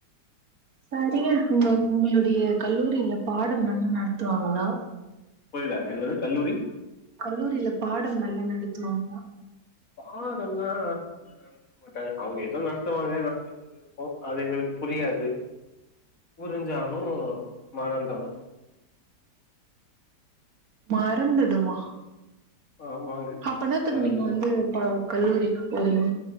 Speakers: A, on the right; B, on the left.
A: சரிங்க ஒங்க ஒங்களுடைய கல்லூரில பாடம் நல்லா நடத்துவாங்களா
B: புரீல என்னது கல்லூரி
A: கல்லூரில பாடம் நல்லா நடத்துவாங்ளா
B: பாடம்னா நடத்த மாட்டாங்க அவுங்க ஏதோ நடத்துவாங்க நாங்க <unintelligible> அது எங்களுக்கு புரியாது புருஞ்சாலு மறந்துரு
A: மறந்துடுமா
B: ஆமாங்க
A: அப்ப என்னாத்துக்கு
B: மறந்
A: நீங்கோ வந்து இப்ப கல்லூரிக்கு போறீங்க